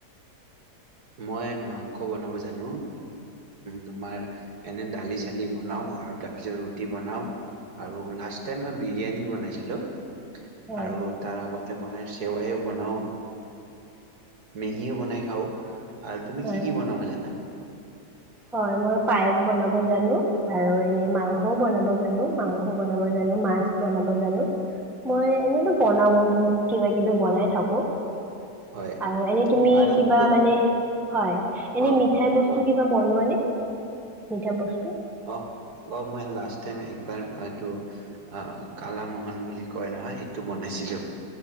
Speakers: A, on the right; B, in the centre.
A: মই মাংস বনাব জানো। তোমাৰ এনে দালি চালি বনাওঁ আৰু তাৰপিছত ৰুটি বনাওঁ আৰু লাষ্ট টাইম মই বিৰিয়ানী বনাইছিলোঁ।
B: হয়
A: আৰু তাৰ আগতে মই সেৱায়ো বনাওঁ মেগীও বনাই খাওঁ। আৰু তুমি
B: হয়
A: কি কি বনাব জানা?
B: হয় মই পায়স বনাব জানো আৰু এনে মাংসও বনাব জানো মাংস বনাব জানো মাছ বনাব জানো মই এনেতো বনাও বহুত কিবা কিবি বনাই থাকো।
A: হয়,
B: আৰু এনে তুমি
A: পায়সটো
B: কিবা মানে হয় এনে
A: অ',
B: মিঠাই
A: কোৱা
B: বস্তু
A: কোৱা
B: কিবা খোৱা নে? মিঠা বস্তু।
A: অ অ মই লাষ্ট টাইম এক এইটো অ কালা মোহন বুলি কয় নহয় সেইটো বনাইছিলো